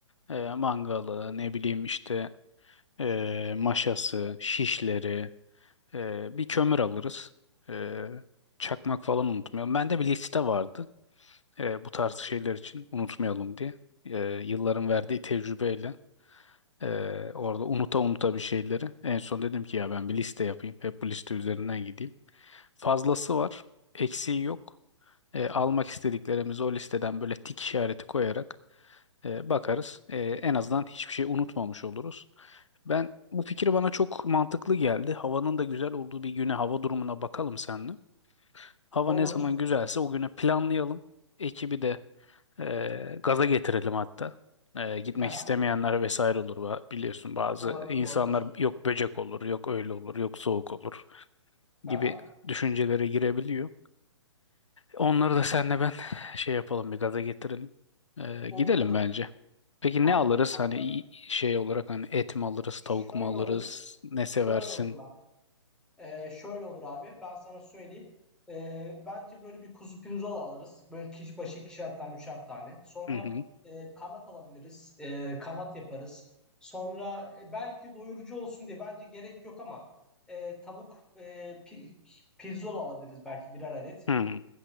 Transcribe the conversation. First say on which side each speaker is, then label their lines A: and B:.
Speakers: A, on the left; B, in the centre.
A: Ee, mangalı ne bileyim işte ee, maşası, şişleri, ee, bir kömür alırız. Ee, çakmak falan unutmayalım. Bende bir liste vardı ee, bu tarz şeyler için unutmayalım diye. Ee, yılların verdiği tecrübeyle ee, orada unuta unuta bir şeyleri. En son dedim ki ya ben bir liste yapayım. Hep bu liste üzerinden gideyim. Fazlası var, eksiği yok. E, almak istediklerimizi o listeden böyle tik işareti koyarak e, bakarız. E, en azından hiçbir şey unutmamış oluruz. Ben bu fikir bana çok mantıklı geldi. Havanın da güzel olduğu bir güne hava durumuna bakalım seninle. Hava
B: Olur.
A: ne zaman güzelse o güne planlayalım. Ekibi de e, gaza getirelim hatta. E, gitmek
B: Aha.
A: istemeyenler vesaire olur. Ba- Biliyorsun bazı
B: Olabilir,
A: insanlar
B: olabilir.
A: yok böcek olur, yok öyle olur, yok soğuk olur
B: Aha.
A: gibi düşüncelere girebiliyor. Onları da senle ben şey yapalım bir gaza getirelim. Ee,
B: Olur
A: gidelim
B: olur.
A: bence. Peki
B: Aynen.
A: ne alırız?
B: Hatta
A: Hani i- şey olarak hani et mi alırız,
B: şöyle
A: tavuk mu alırız?
B: olur.
A: Ne seversin?
B: Şöyle olur bak. Ee, şöyle olur abi. Ben sana söyleyeyim. Ee, bence böyle bir kuzu pirzola alırız. Böyle kişi başı ikişer tane, üçer tane. Sonra
A: Hı hı.
B: e, kanat alabiliriz. Ee, kanat yaparız. Sonra e, belki doyurucu olsun diye bence gerek yok ama e, tavuk e, pi- pirzola alabiliriz belki birer adet.
A: Hı.